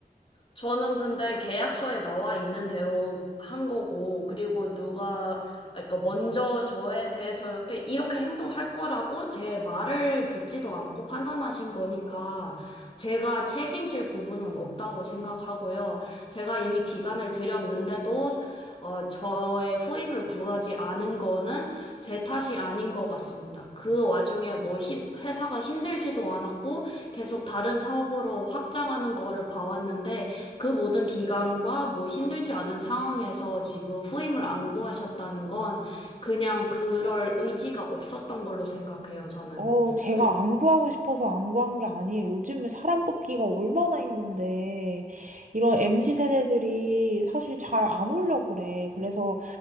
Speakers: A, on the left; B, on the right.
A: 저는 근데 계약서에 나와 있는 대로 한 거고, 그리고 누가, 그러니까 먼저 저에 대해서 이렇게, 이렇게 행동할 거라고 제 말을 듣지도 않고 판단하신 거니까, 제가 책임질 부분은 없다고 생각하고요. 제가 이미 기간을 드렸는데도, 어, 저의 후임을 구하지 않은 거는 제 탓이 아닌 것 같습니다. 그 와중에 뭐 힘, 회사가 힘들지도 않았고 계속 다른 사업으로 확장하는 거를 봐왔는데 그 모든 기간과 뭐 힘들지 않은 상황에서 지금 후임을 안 구하셨다는 건 그냥 그럴 의지가 없었던 걸로 생각해요, 저는.
B: 어, 제가
A: 그-
B: 안 구하고 싶어서 안 구한 게 아니에요. 요즘에 사람 뽑기가 얼마나 힘든데, 이런 MZ 세대들이 사실 잘 안 오려고 그래. 그래서,